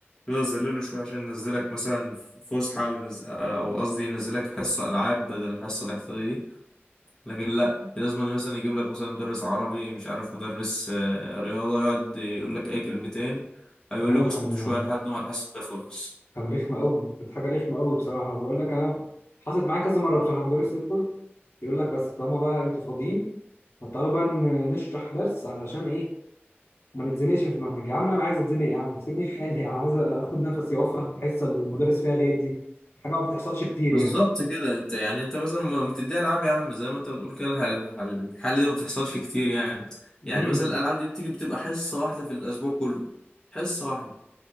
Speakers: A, on the left; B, on the left.
A: تفضل تذلله شوية عشان ينزلك مثلا فسحة أو ينزل أو قصدي ينزلك حصة ألعاب بدل الحصة الاحتياطية لكن لا لازم أن مثلا يجيب لك مثلا مدرس عربي مش عارف مدرس آه، رياضة يقعد يقول لك اي كلمتين او يقول
B: لا لا
A: لك
B: كان
A: اسكتوا شوية لحد ما الحصة تخلص
B: كان رخمة قوي كانت حاجة رخمة قوي بصراحة وبقول لك أنا حصلت معايا كذا مرة بصراحة مدرس يدخل يقول لك بس طالما بقى أنتوا فاضيين فتعالوا بقى ن- نشرح درس علشان إيه ما نتزنقش في المنهج يا عم أنا عايز أتزنق يا عم سيبني في حالي أنا عايز آخد نفسي وأفرح بالحصة اللي المدرس فيها غايب دي حاجة ما بتحصلش كتير
A: بالظبط
B: يعني
A: كده انت يعني انت مثلا ما ما تديها العاب يا عم زي ما انت بتقول كده الح- الحاله دي ما بتحصلش كتير يعني
B: امم
A: يعني مثلا الالعاب دي بتيجي بتبقى حصه واحده في الاسبوع كله حصه واحده